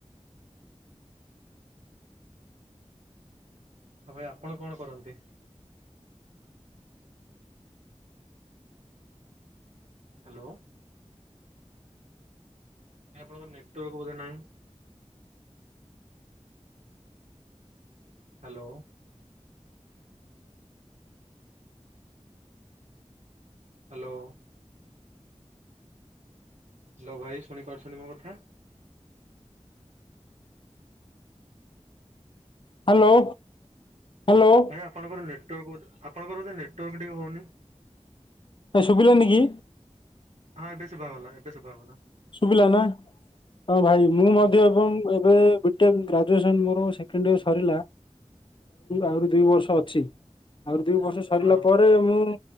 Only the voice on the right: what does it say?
ହଁ ଭାଇ ଆପଣ କଣ କରନ୍ତି? ହ୍ୟାଲୋ। ଆପଣଙ୍କ ନେଟୱର୍କ ବୋଧେ ନାହିଁ। ହ୍ୟାଲୋ। ହ୍ୟାଲୋ। ହ୍ୟାଲୋ ଭାଇ ଶୁଣିପାରୁଛନ୍ତି ମୋ କଥା।
ଭାଇ ଆପଣଙ୍କର ନେଟୱାର୍କ ବୋଧେ ଆପଣଙ୍କର ବୋଧହୁଏ ନେଟୱାର୍କ ଟିକେ ହଉନି।
ହଁ ଏବେ ଶୁଭାଗଲା ଏବେ ଶୁଭାଗଲା।
ହଁ ହଁ